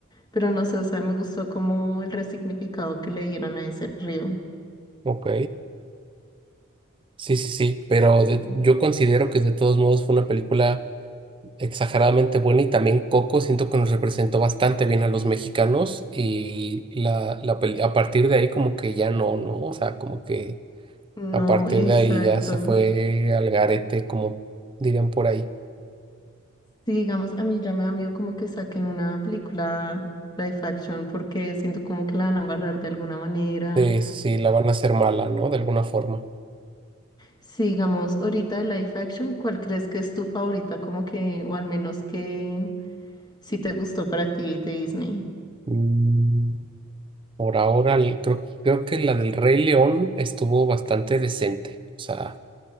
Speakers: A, on the left; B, on the right.
A: pero no sé, o sea, me gustó como el resignificado que le dieron a ese río.
B: ok. Sí, sí, sí, pero de- yo considero que de todos modos fue una película exageradamente buena y también Coco siento que nos representó bastante bien a los mexicanos y la, la peli- a partir de ahí como que ya no, no, o sea, como que
A: No,
B: a partir
A: exacto.
B: de ahí ya se fue al garete, como dirían por ahí,
A: Sí, digamos, a mí ya me da miedo como que saquen una película live action porque siento como que la van a barrar de alguna manera.
B: de si la van a hacer mala, ¿no? De alguna forma.
A: Sí, digamos, ahorita de live action, ¿cuál crees que es tu favorita? Como que, o al menos que sí te gustó para ti de Disney.
B: Mm, Por ahora el- creo, creo que la del Rey León estuvo bastante decente, o sea...